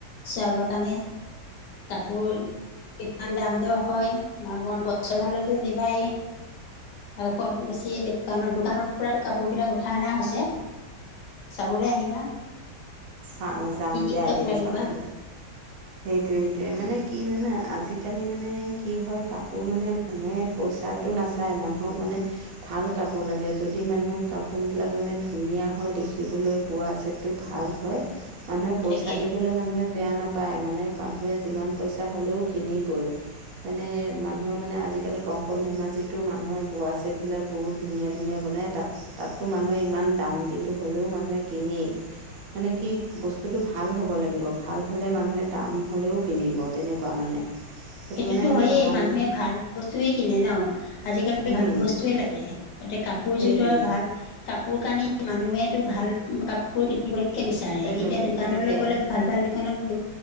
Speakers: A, on the left; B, on the right.
A: ছিয়া বাগ কানে কাপোৰ ইমান দাম দৰ হয় নহয় মন পচন্দ হলেতো নিবায়ে। আৰু শুৱালকুচি দোকানৰ -দোকানৰ পৰাতো কাপোৰ বিলাক উঠাই অনা হৈছে চাবলে আহিবা।
B: চাও যাম
A: কি কি
B: দিয়া
A: কাপোৰ
B: এদিন
A: লাগিব
B: চাবলৈ। সেইটোৱে- সেইটোৱে মানে কি জানা আজিকালি মানে কি হয় কাপোৰ মানে মানুহে পইচাটো নাচায় মানুহক মানে ভাল কাপোৰ লাগে যদি মানুহে কাপোৰ বিলাক মানে ধুনীয়া হয় দেখিবলৈ বোৱা যিটো ভাল হয় মানুহে পইছা
A: তাকে
B: <unintelligible> বলৈ মানুহে বেয়া নাপায় মানে মানুহে যিমান পইচা হ'লেও কিনিবই। মানে মানুহৰ মানে আজিকালি কংকন ধেমাজিতো মানুহে বোৱা চেদবিলাক বহুত- ধুনীয়া- ধুনীয়া বনায় তাত -তাততো মানুহে ইমান দাম কিন্তু হ'লেও মানুহে কিনেই। এনে কি বস্তুটোটো ভাল হ'ব লাগিব ভাল হ'লে মানুহে দাম হ'লেও কিনিব তেনেকুৱা মানে সেইটো
A: সেইটোতো
B: কাৰণে মানে
A: হয়েই
B: ভাল
A: মানুহে ভাল বস্তুৱে কিনে ন' আজিকালি
B: উম
A: ভাল বস্তুয়েই লাগে এতিয়া কাপোৰযোৰ
B: সেইটোৱে
A: ধৰা ভাল কাপোৰ কানি মানুহেটো ভাল কাপোৰ কিনিবলেকে বিচাৰে
B: ভালেই
A: এতিয়া
B: লাগে
A: দোকানলৈ
B: সেইটোৱে
A: গ'লে
B: আজিকালি
A: ভাল- ভাল দোকানত